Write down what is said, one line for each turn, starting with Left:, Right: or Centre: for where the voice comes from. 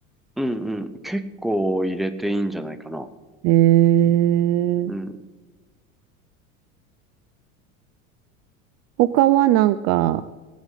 Centre: う。うんうん。結構入れていいんじゃないかな。
Right: ええ
Centre: うん。
Right: 他はなんか、